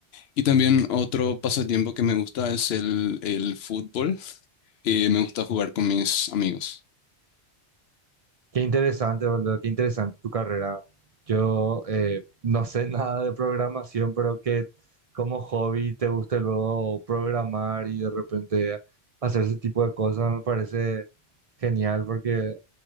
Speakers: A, on the left; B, on the right.
A: Y también otro pasatiempo que me gusta es el, el fútbol. Eh, me gusta jugar con mis amigos.
B: Qué interesante, boludo, qué interesante tu carrera. Yo eh, no sé <laughs> nada de programación, pero que como hobby te guste luego programar y de repente hacer ese tipo de cosas me parece genial porque